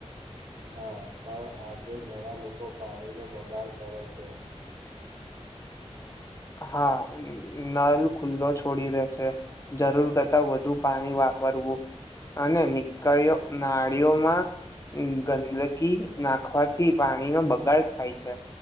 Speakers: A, on the right (about 70°); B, on the left (about 25°).
A: હા પણ આજે ઘણા લોકો પાણીનો બગાડ કરે છે
B: હા નલ ખુલ્લો છોડી દે છે જરૂર કરતા વધુ પાણી વાપરવું અને નીકળી નાળીઓમાં ગંદકી નાખવાથી પાણીનો બગાડ થાય છે